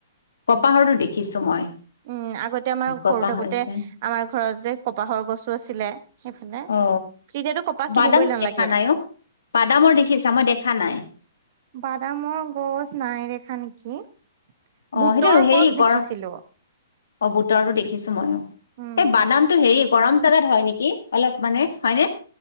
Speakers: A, on the left (about 85°); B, on the right (about 45°).
A: কপাহৰো দেখিছো মই
B: উম আগতে আমাৰ
A: কপাহৰ
B: সৰু থাকোতে
A: যে
B: আমাৰ ঘতে যে কপাহৰ গছো আছিলে সেইফালে
A: অ
B: তেতিয়াতো কপাহ
A: বাদামটো
B: কিনিবই নালাগে
A: দেখা নাই অ বাদামৰ দেখিছা মই দেখা নাই
B: বাদামৰ গছ নাইদেখা নেকি
A: অ
B: বুটৰ
A: সেইটো হেৰি
B: গছ দেখিছিলো
A: কৰা অ বুতৰটো দেখি দেখিছো ময়ো
B: উম
A: এই বাদামতটো হেৰি গৰম জাগাত হয় নেকি অলপ মানে হয়নে